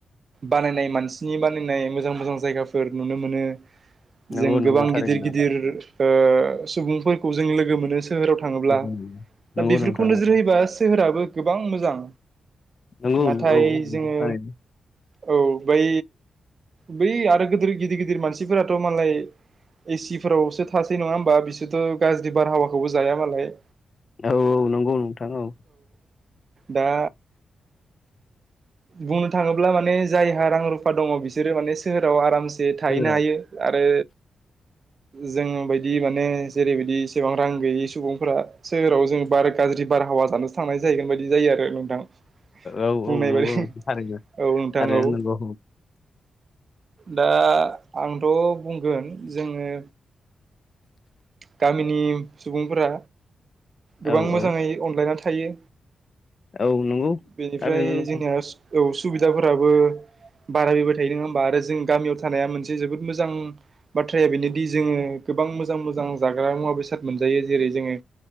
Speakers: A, on the right; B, on the left.
A: बानायनाय मानसिनि बा नाय मोजां मोजां जायगाफोर नुनो मोनो
B: नंगौ
A: जों
B: नंगौ
A: गोबां
B: थारैनो
A: गिदिर गिदिर ओ सुबुंफोरखौ जों लोगो मोनो सोहोराव थाङोब्ला
B: नंगौ
A: दा बेफोरखौ
B: नोंथां
A: नोजोर
B: नंगौ
A: होयोबा सोहोराबो गोबां मोजां।
B: नंगौ
A: नाथाय
B: औ नंगौ
A: जोङो
B: थारैनो
A: औ बै बै आरो गोदोर गिदिर गिदिर मानसिफोराथ' मालाय एसिफोरावसो थासै नङा होमबा बिसोरथ' गाज्रि बारहावाखौबो जाया मालाय
B: औ औ नंगौ नोंथां औ।
A: दा बुंनो थाङोब्ला माने जायहा रां रुफा दङ बि सोरो माने सोहोराव आरामसे थाहैनो
B: सोहोराव
A: हायो आरो जों बायदि मा ने जेरैबायदि एसेबां रां गैयै सुबुंफोरा सोहोराव जों बार गाज्रि बारहावा जानोसो थांनाय जाहैगोन बिदि जायो आरो नोंथां।
B: औ
A: बुंनाय
B: औ नोंगौ
A: बादि
B: नोंथां थारैनो
A: औ नोंथां
B: थारैनो
A: औ
B: नोंगौ।
A: दा आंथ' बुंगोन जोङो गामिनि सुबुंफोरा गोबां
B: औ
A: मोजाङै
B: औ
A: अनलायना थायो।
B: औ नंगौ
A: बेनिफ्राय
B: थारैनो नंगौ
A: जोंनिया औ सुबिदाफोराबो बारायबोबाय थायो नोङा होमबा आरो जों गामियाव थानाया मोनसे जोबोद मोजां बाथ्राया बेनोदि जोङो गोबां मोजां मोजां जाग्रा मुवा बेसाद मोनजायो जेरै जोङो